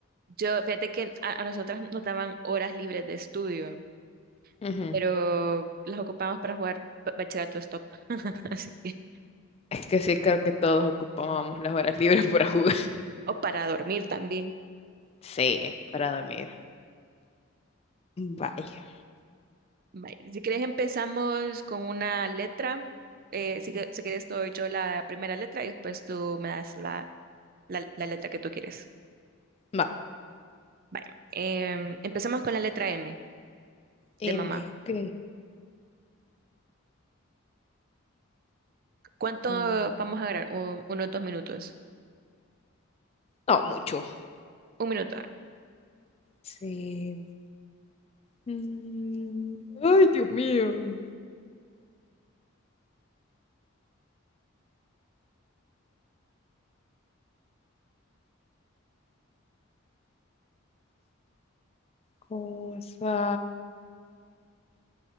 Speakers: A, on the right (about 45°); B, on the left (about 30°).
A: Yo, fíjate que a, a nosotras nos daban horas libres de estudio,
B: Ujú.
A: pero las ocupamos para jugar ba- bachillerato stop, <laughs> así que,
B: Es que sí, creo que todos ocupábamos las horas libres para jugar. <laughs>
A: o para dormir también.
B: Sí, para dormir. Vaya.
A: Vaya, Si quieres empezamos con una letra, Eh, si, que- si quieres doy yo la primera letra y después tú me das la, la, la letra que tú quieres.
B: Va.
A: Vaya, em, empezamos con la letra M
B: M,
A: de mamá.
B: ok.
A: ¿Cuánto
B: Mm,
A: vamos a grabar? Un- unos dos minutos.
B: No, mucho.
A: Un minuto.
B: Sí. Mm, Ay, Dios mío. Cosa.